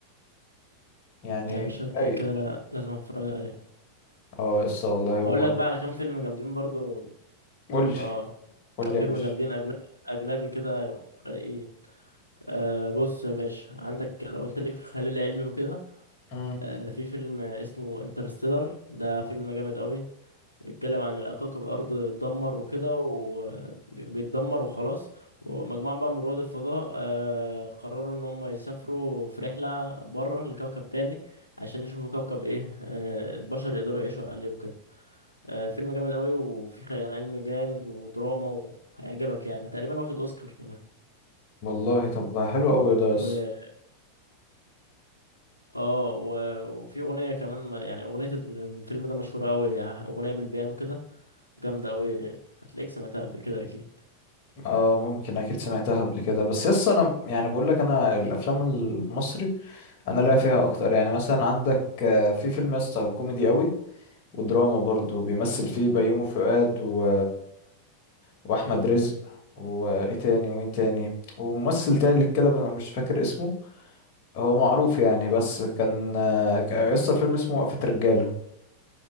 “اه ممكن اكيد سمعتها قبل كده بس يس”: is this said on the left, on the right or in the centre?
Left